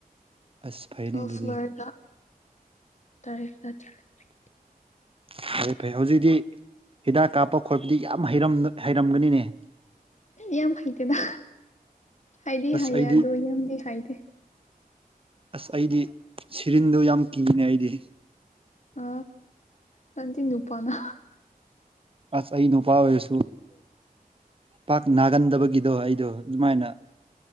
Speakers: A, on the right; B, on the left.
A: ꯑꯁ ꯐꯩꯅꯦ
B: ꯊ
A: ꯑꯗꯨꯗꯤ
B: ꯐ꯭ꯂꯣꯔ ꯇꯔꯦ ꯅ ꯇꯔꯦ
A: ꯐꯔꯦ ꯐꯩ ꯍꯧꯖꯤꯛꯇꯤ ꯍꯤꯗꯥꯛ ꯀꯥꯞꯄ ꯈꯣꯠꯄꯗꯤ ꯌꯥꯝ ꯍꯩꯔꯝꯒꯅꯤꯅꯦ
B: ꯌꯥꯝ ꯍꯩꯇꯦꯗ ꯍꯥꯏꯗꯤ
A: ꯑꯁ
B: ꯍꯩꯌꯦ
A: ꯑꯩꯗꯤ
B: ꯑꯗꯣ ꯌꯥꯝꯗꯤ ꯍꯥꯏꯩꯗꯦ
A: ꯑꯁ ꯑꯩꯗꯤ ꯁꯤꯔꯤꯟꯗꯣ ꯌꯥꯝ ꯀꯤꯅꯦ ꯑꯩꯗꯤ
B: ꯑ ꯀꯖ ꯅꯨ ꯎꯄꯥꯥꯟꯅ
A: ꯑꯁ ꯑꯩ ꯅꯨꯄꯥ ꯑꯣꯏꯔꯁꯨ ꯄꯥꯛ ꯅꯥꯒꯟꯗꯕꯒꯤꯗꯣ ꯑꯩꯗꯣ ꯑꯗꯨꯃꯥꯏꯅ